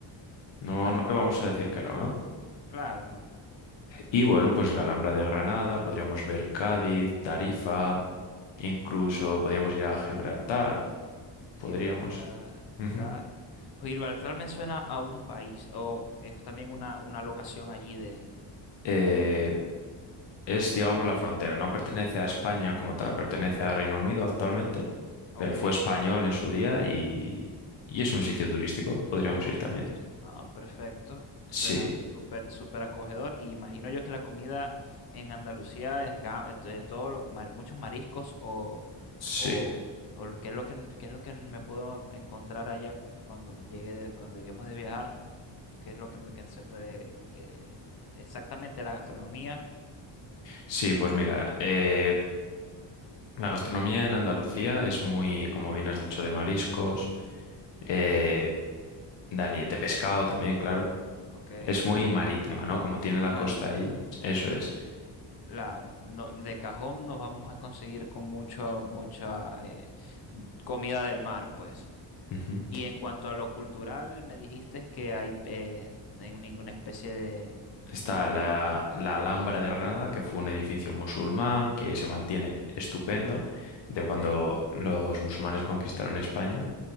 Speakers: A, on the left; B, on the left.
A: No,
B: Ajá,
A: no le vamos a decir que no, ¿no?
B: Claro, no.
A: Y bueno, pues la Alhambra de Granada, podríamos ver Cádiz, Tarifa, incluso podríamos ir a Gibraltar, podríamos.
B: Gibraltar,
A: Ujú.
B: claro. Gibraltar me suena a un país, o es también una, una locación allí de...
A: Eh, Es, digamos, la frontera. No pertenece a España como tal, pertenece a Reino Unido actualmente,
B: Ok,
A: pero fue
B: es
A: español en su día y, y es un sitio turístico. Podríamos
B: un
A: ir
B: sitio...
A: también.
B: turi- Ah, perfecto.
A: Sí,
B: Suena súper, súper acogedor. Y imagino yo que la comida en Andalucía es ga- eh, de todo lo- mar- muchos mariscos o,
A: sí,
B: o, o lo- qué es lo que, qué es lo que me puedo encontrar allá cuando llegue, de- cuando lleguemos de viajar, qué es lo que, me- que se puede... eh, exactamente la gastronomía.
A: sí, pues mira, eh, la gastronomía en Andalucía es muy, como bien has dicho, de mariscos, eh, Dani, de pescado también, claro.
B: Ok.
A: Es muy marítima, ¿no? Como tiene
B: Muy
A: la
B: marítima,
A: costa ahí, eso es.
B: claro. No, de cajón nos vamos a conseguir con mucha, mucha eh, comida del mar, pues.
A: Ujú.
B: Y en cuanto a lo cultural, me dijiste que hay, eh, no hay ninguna especie de,
A: Está
B: de,
A: la,
B: de-
A: la Alhambra de Granada, que fue un edificio musulmán que se mantiene
B: o-
A: estupendo de
B: Ok,
A: cuando los musulmanes conquistaron España.